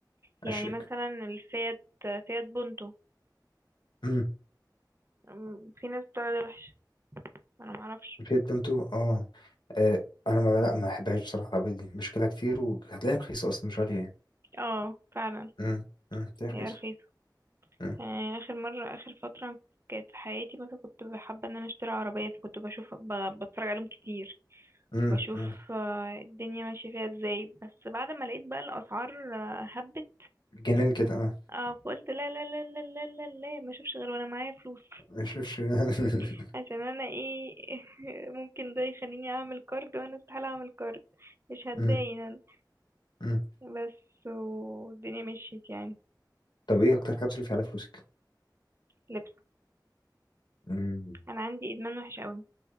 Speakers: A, on the right (about 35°); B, on the left (about 75°).
A: يعني
B: أشيك
A: مثلا الفيات فيات بونتو
B: مم.
A: أمم، في ناس بتقول عليها وحش انا معرفش
B: الفيت بنتو اه آه، أنا ما لا ما بحبهاش بصراحة العربية دي مشكلة كتير وهتلاقيها رخيصة أصلا مش غالية يعني
A: اه فعلا
B: مم، مم، هتلاقيها
A: هي
B: رخيصة
A: رخيصه
B: مم،
A: يعني اخر مره اخر فتره كانت في حياتي مثلا كنت حابه ان انا اشتري عربيه فكنت بشوف ب... بتفرج عليهم كتير
B: مم،
A: بشوف
B: مم.
A: آه، الدنيا ماشيه فيها ازاي بس بعد ما لقيت بقى الاسعار آه، هبت
B: جنان كده اه
A: اه فقلت لا لا لا لا لا لا لا ما اشوفش غير وانا معايا فلوس
B: ما يشوفش <laughs>
A: <laughs> عشان انا ايه <laughs> ممكن ده يخليني اعمل كارد وانا استحاله اعمل كارد مش هتضايق
B: مم،
A: انا
B: مم.
A: بس والدنيا مشيت يعني
B: طب ايه أكتر حاجة بتصرفي على فلوسك؟
A: لبس
B: مم.
A: انا عندي ادمان وحش قوي